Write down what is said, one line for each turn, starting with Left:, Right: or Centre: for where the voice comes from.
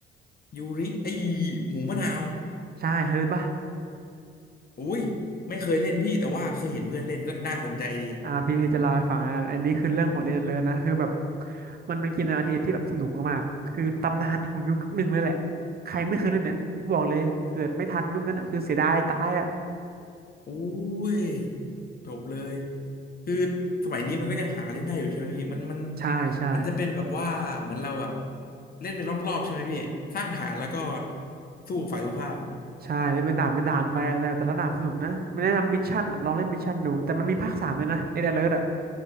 Left: ยูริไอหมูมะนาว
Right: ใช่เคยเล่นปะ
Left: โอ้ยไม่เคยเล่นพี่แต่ว่าเคยเห็นเพื่อนเล่นก็น่าสนใจดี
Right: อ่าพี่เคยจะเล่าให้ฟังอะอันนี้คือเรื่องของเล่นเลิร์ดนะคือแบบมันเป็นเกมแนว RTS ทีเอสที่แบบสนุกมากๆคือตำนานของยุคหนึ่งเลยแหละใครไม่เคยเล่นเนี่ยบอกเลยเกิดไม่ทันยุคนั้นอะคือเสียดายตายอะ
Left: โอ้ยจบเลยคือสมัยนี้มันก็ยังหาเล่นได้อยู่ใช่ไหมพี่มันมัน
Right: ใช่ใช่
Left: มันจะเป็นแบบว่าเหมือนเราแบบเล่นเป็นรอบๆใช่ไหมพี่สร้างฐานแล้วก็สู้ฝ่ายตรงข้าม
Right: ใช่เล่นเป็นด่านเป็นด่านไปแต่แต่ละด่านสนุกนะไม่แนะนำมิชชั่นอะลองเล่นมิชชั่นดูแต่มันมีภาคสามเลยนะในเดอะเลิร์ดอะ